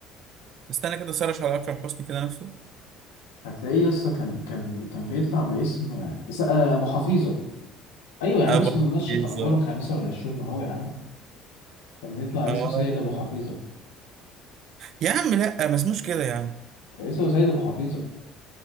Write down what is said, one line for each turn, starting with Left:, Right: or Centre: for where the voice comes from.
Right: استنى كده سرش على اكرم حسني كده نفسه
Left: هتلاقيه يسطا كان كان كان بيطلع باسم آه، س- آه، ابو حفيظه ايوه يا عم
Right: ابو
Left: اسمه
Right: حفيظ
Left: نشرة اخبار الخامسه والعشرون ما هو يا عم كان بيطلع
Right: اه
Left: اسم سيد ابو حفيظه
Right: يا عم لا ما اسموش كده يا عم
Left: اسمه سيد ابو حفيظه